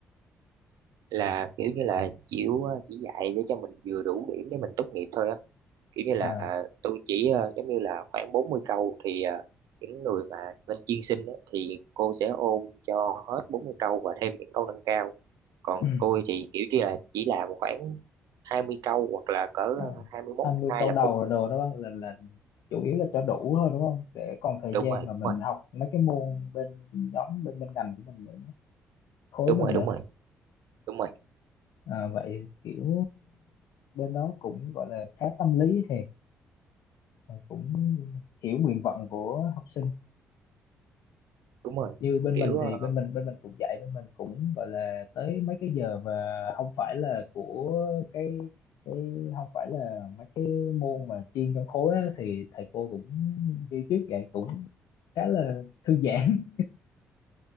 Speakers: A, on the right; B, on the left.
A: là kiểu như là chịu ờ, chỉ dạy để cho mình vừa đủ điểm để mình tốt nghiệp thôi á kiểu như là
B: à,
A: ờ, tôi chỉ ờ, giống như là khoảng 40 câu thì ờ, những người mà lên chuyên sinh á, thì cô sẽ ôn cho hết 40 câu và thêm những câu nâng cao còn
B: Ừ.
A: tôi thì kiểu như là chỉ làm khoảng 20 câu hoặc là cỡ ờ,
B: à,
A: 21
B: 20
A: hai
B: câu
A: là
B: đầu
A: cùng
B: là đồ đó là là chủ yếu là cho đủ thôi đúng không để còn thời
A: đúng
B: gian
A: rồi đúng
B: mà mình
A: rồi
B: học mấy cái môn bên nhóm bên bên ngành của mình nữa khối
A: đúng
B: mình
A: rồi
B: nữa
A: đúng rồi đúng rồi
B: à, vậy kiểu bên đó cũng gọi là khá tâm lý thì cũng hiểu nguyện vọng của học sinh
A: đúng rồi
B: như bên
A: kiểu
B: mình
A: ờ,
B: thì bên mình bên mình cũng dạy bên mình cũng gọi là tới mấy cái giờ mà không phải là của cái cái không phải là mấy cái môn mà chuyên trong khối á, thì thầy cô cũng như trước dạy cũng khá là thư giãn